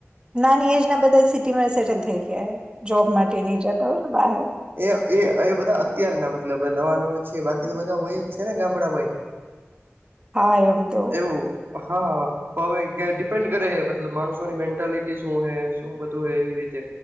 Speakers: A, on the right (about 20°); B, on the right (about 50°).
A: નાની એજ ના બધા સિટીમાં સેટલ થઈ ગયા હોય. જોબ માટે નહી જતા ને બહાર
B: એ એ એ બધા અત્યારના મતલબ નવા નવા છે બાકી તો બધા હોય જ છે ને ગામડા ભાઈ
A: હા એમ તો
B: એવું હા. તો હવે ડિપેન્ડ કરે છે મતલબ માણસોની મેન્ટાલિટી શું હે શું બધું હે એવી રીતે